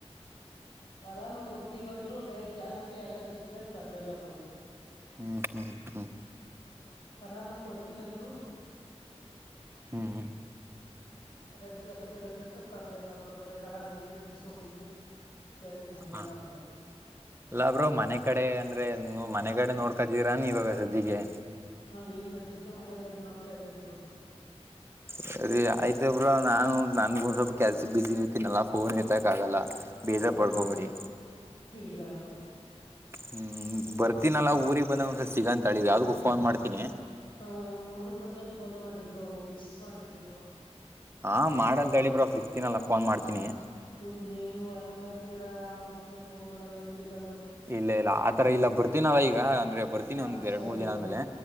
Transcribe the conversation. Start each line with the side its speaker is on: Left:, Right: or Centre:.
Left: ರಾನು ಕೊಡ್ತಿೀವಂದ್ರು ರೇಟ್ ಜಾಸ್ತಿ ಆಗತ್ತೆ ಅಂತ ಹೇಳ್ತಾರಲಿಲ್ಲಬ್ರು
Right: ಹ್ಮ್ ಹ್ಮ್ ಹ್ಮ್
Left: ಕರಾನ ಕೊಡ್ತೀನ ಅಂದ್ರು
Right: ಹ್ಮ
Left: ರೇಟ್ ಜಾಸ್ತಿ ಆಗತ್ತೆ ಅಂತ ತರ್ಲೆಲ್ಲ ಒಬ್ರು ಬೇಡ ಏನಕ್ಕೆ ಸುಮ್ನೆ ಹೇಳಿ ತರ್ಲಿಲ್ಲ
Right: ಹಾ
Left: ಬ್ರೋ
Right: ಎಲ್ಲಬ್್ರರು ಮನೆ ಕಡೆ ಅಂದ ್ರೆ ನೀ್ ಮನೆಗಡೆ ನೋಡ್ಕತೀರ ನೀ ಇವಾಗ ಸಜ್ಜಿಗೆ
Left: ಹಾ ಈಗ್ ಸದ್ಯಕ್ಕೆ ಮನೆ ಕಡೆ ನೋಡ್ತಾ ಇದ್ದನ್ರು
Right: ಸರಿ ಆಯ್ತಬ್್ರ ನಾನು ನನ್ಗು ಸ್ವಲ್ಪ ಕೆಲ್ಸ ಬಿಸಿಿ ಇರ್ತನಲ್ಲ ಫೋನ್ ಇರ್ತಕ್ ಆಗಲ್ಲ ಬೇಜಾರ್
Left: ಆಯ್ತು
Right: ಪಡ್ಕೋಬಡಿ
Left: ಇಲ್ಲ ಬ್ರೋ
Right: ಹ್ಮ್ ಬರ್ತೀನಲ್ಲಾ ಊರಿಗೆಗ್ ಬಂದ ಒಂದ್ಸಲ್ ಸಿಗಂತ ಅಳಿ ಯಾವ್ದು ಫೋನ್ ಮಾಡ್ತೀನಿ
Left: ಹ ಊರ್ಗ್ ಬಂದಾಗ ಫೋನ್ ಮಾಡಿಬರು ಮಿಸ್ ಮಾಡ್ಬಿಡಿಬರು
Right: ಹಾ ಮಾಡಂತ ಹೇಳಿಬ್ರ ಫಿಕ್ತಿನಲ್ಲ ಫೋನ್ ಮಾಡ್ತೀನಿ
Left: ಹ್ಮ ನೀವು ಹಂಗಂತೀರ ಮತ್ತೆ ಫೋನ್ ಮಾಡಲ್ಲ ಏನಿಲ್ಲ ಬ್ರೋ
Right: ಇಲ್ಲ ಇಲ್ಲ ಆತರ ಇಲ್ಲ ಬರ್ತೀನಲ್ಲ ಈಗ ಅಂದ್ರೆ ಬರ್ತೀನಿ
Left: ಹಾ
Right: ಒಂದ್
Left: ಸರಿ
Right: ಎರಡ್ ಮೂರ್ ದಿನ
Left: ಬ್ರೋ
Right: ಆದ್ಮೇಲೆ